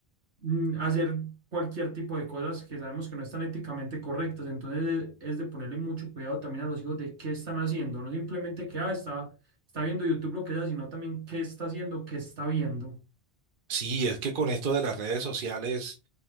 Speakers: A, on the right; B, on the right.
A: mm, hacer cualquier tipo de cosas que sabemos que no están éticamente correctas. Entonces e- es de ponerle mucho cuidado también a los hijos de qué están haciendo, no simplemente que, ah, está, está viendo YouTube lo que sea, sino también qué está haciendo, qué está viendo.
B: Sí, es que con esto de las redes sociales